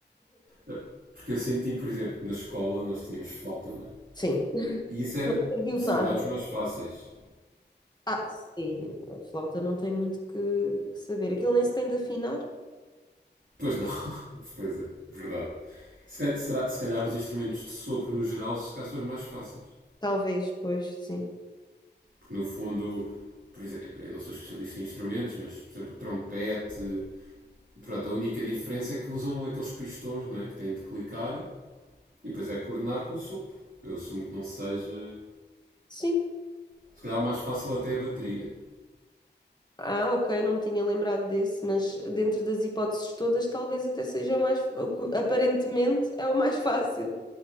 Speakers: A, on the right (about 75°); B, on the left (about 20°).
A: Ah, Porque eu senti, por exemplo, na escola nós tínhamos flauta, não é?
B: Sim,
A: E isso era,
B: não serviu
A: se
B: de nada.
A: calhar, dos mais fáceis.
B: Ah, sim, a flauta não tem muito que, que saber. Aquilo nem se tem de afinar.
A: Pois não. <laughs> Pois é, verdade. Se calhar, será- se calhar os instrumentos de sopro no geral se calhar são os mais fáceis.
B: Talvez, pois, sim.
A: Porque no fundo, por exemplo, eu não sou especialista em instrumentos, mas por exemplo, trompete. Pronto, a única diferença é que usam aqueles pistões né, que têm de clicar e depois é coordenar com o sopro. Eu assumo que não seja.
B: Sim.
A: Se calhar o mais fácil até é a bateria.
B: ah, ah, ok, não me tinha lembrado desse, mas dentro das hipóteses todas, talvez até seja o mais, o que aparentemente é o mais fácil.